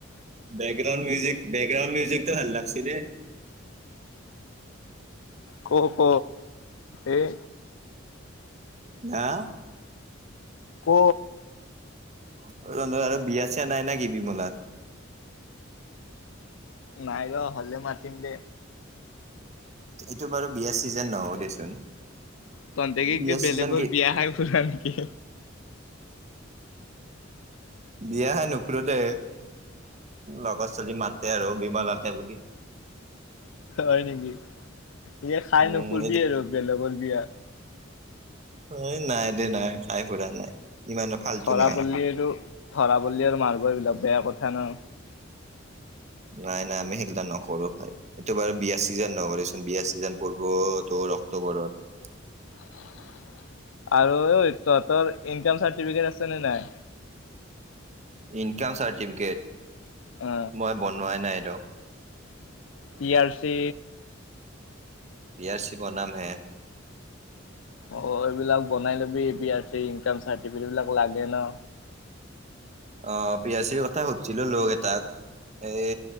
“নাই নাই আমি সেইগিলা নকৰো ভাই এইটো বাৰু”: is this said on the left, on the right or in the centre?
Right